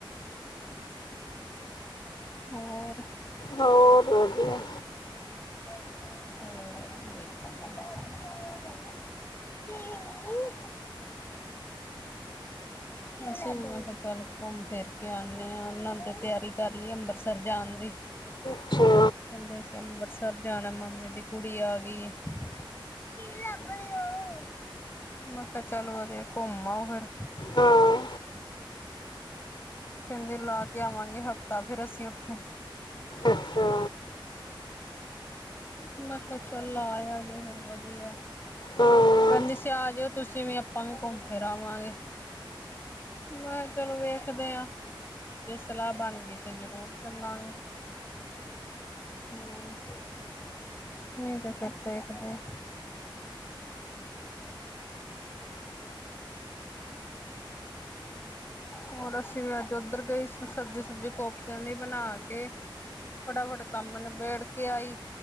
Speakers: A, on the left; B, on the left.
A: ਹੋਰ?
B: ਹੋਰ ਵਧੀਆ।
A: <unintelligible> ਅਸੀਂ ਮ ਕਿਹਾ ਚੱਲ ਘੁੰਮ ਫਿਰ ਕੇ ਆਉਦੇ ਹਾਂ, ਉਹਨਾਂ ਨੇ ਤੇ ਤਿਆਰੀ ਕਰ ਲਈ ਅੰਮ੍ਰਿਤਸਰ ਜਾਣ ਦੀ। ਕਹਿੰਦੇ
B: ਅੱਛਾ
A: ਅਸੀਂ ਅੰਮ੍ਰਿਤਸਰ ਜਾਣਾ ਮਾਮੇ ਦੀ ਕੁੜੀ ਆ ਗਈ। ਕੀ ਲੱਭ ਰਹੇ ਓ। ਮੈਂ ਕਿਹਾ ਚਲੋ ਘੁੰਮ ਆਓ ਫਿਰ।
B: ਹਾਂ।
A: ਕਹਿੰਦੇ ਲਾ ਕੇ ਆਵਾਂਗੇ ਹਫ਼ਤਾ, ਫੇਰ ਅਸੀਂ ਉੱਥੇ।
B: ਅੱਛਾ।
A: ਮੈਂ ਕਿਹਾ ਚਲ, ਆ ਆਜੇ ਫਿਰ ਵਧੀਆ।
B: ਹਾਂ
A: ਕਹਿੰਦੀ ਸੀ ਆ ਜਾਇਓ ਤੁਸੀਂ ਵੀ, ਆਪਾਂ ਵੀ ਘੁੰਮ ਫਿਰ ਆਵਾਂਗੇ। ਮੈਂ ਕਿਹਾ, ਚਲੋ ਵੇਖਦੇ ਹਾਂ। ਜੇ ਸਲਾਹ ਬਣ ਗਈ, ਤੇ ਜਰੂਰ ਚੱਲਾਂਗੇ। ਹਾ, ਨਹੀਂ ਤੇ ਫਿਰ ਦੇਖਦੇ। ਹੋਰ ਅਸੀਂ ਵੀ ਅੱਜ ਉੱਧਰ ਗਏ ਸੀ, ਸਬਜ਼ੀ- ਸਬਜ਼ੀ ਕੋਫਤਿਆਂ ਦੀ ਬਣਾ ਕੇ। ਫਟਾਫਟ ਕੰਮ ਨਿਬੇੜ ਕੇ ਆਈ।